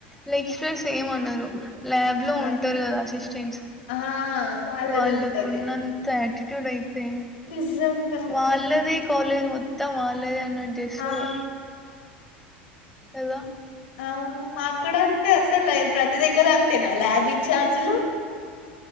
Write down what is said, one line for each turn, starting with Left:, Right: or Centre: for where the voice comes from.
Centre: లెక్చరర్స్ ఏం అనరు ల్యాబ్
Left: ఆహా
Centre: లో ఉంటారు కదా అసిస్టెంట్స్
Left: ఆ వాళ్ళది
Centre: వాళ్ళకు
Left: ఉంటది
Centre: ఉన్నంత యాటిట్యూడ్ అయితే
Left: నిజంగా అసలు
Centre: వాళ్ళదే కాలేజ్ మొత్తం వాళ్ళదే అన్నట్టు చేసరు
Left: ఆ
Centre: కదా
Left: అవును మాకు కూడా అంతే అసలు ప్రతి దగ్గర అంతేనా ల్యాబ్ ఇంచార్జ్ లు